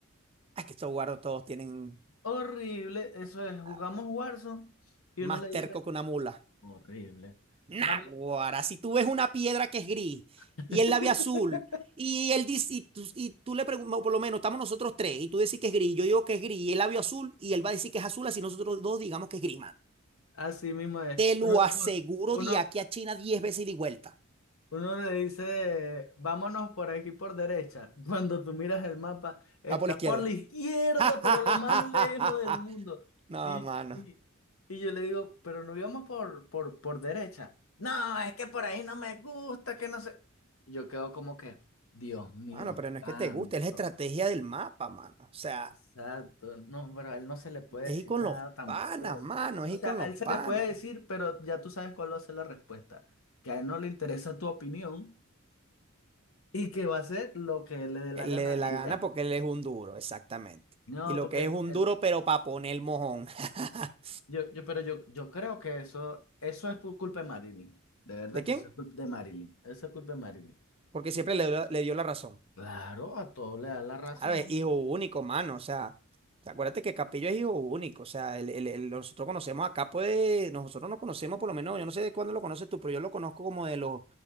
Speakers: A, on the right; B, on the left.
A: Ah, Es que estos guaros todos tienen
B: Horrible, eso es, jugamos
A: ah,
B: Warzone y
A: más
B: uno le dice,
A: terco que una mula.
B: horrible.
A: Náguara,
B: Vamos.
A: si tú ves una piedra que es gris
B: <laughs>
A: y él la ve azul y él dice, y tú, y tú le preguntas, por lo menos estamos nosotros tres y tú decís que es gris, yo digo que es gris y él la vio azul y él va a decir que es azul así nosotros dos digamos que es gris, mano.
B: Así mismo es.
A: Te lo
B: Uno,
A: aseguro
B: un- uno,
A: de aquí a China diez veces y de vuelta.
B: uno le dice, vámonos por aquí por derecha. <laughs> Cuando tú miras el mapa, está
A: Va por la izquierda.
B: por la izquierda,
A: <laughs>
B: pero lo más lejos del mundo.
A: No,
B: Y,
A: mano.
B: y, y yo le digo, pero no íbamos por, por, por derecha. No, es que por ahí no me gusta, que no sé. Yo quedo como que, Dios mío,
A: Mano, pero no es
B: santo.
A: que te guste, es la estrategia del mapa, mano. O sea,
B: Exacto, no, pero a él no se le puede
A: es
B: decir
A: ir con
B: nada
A: los
B: tampoco.
A: panas, mano,
B: O
A: es ir
B: sea,
A: con los
B: a él se
A: panas.
B: le puede decir, pero ya tú sabes cuál va a ser la respuesta. Que a él no le interesa tu opinión y que va a hacer lo que le dé la
A: Él
B: gana
A: le dé la
B: y
A: gana
B: ya.
A: porque él es un duro, exactamente.
B: No,
A: Y lo
B: porque
A: que
B: el,
A: es un
B: el,
A: duro, pero para poner mojón. <laughs>
B: yo, yo, pero yo, yo creo que eso, eso es por culpa de Marilyn. De verdad
A: ¿De quién?
B: que eso es culpa de Marilyn. Eso es culpa de Marilyn.
A: Porque siempre le, dio le dio la razón.
B: Claro, a todo le da la razón.
A: A ver, hijo único, mano. O sea, te acuérdate que Capillo es hijo único. O sea, el- el- el- nosotros conocemos acá, pues, nosotros nos conocemos por lo menos, yo no sé de cuándo lo conoces tú, pero yo lo conozco como de los,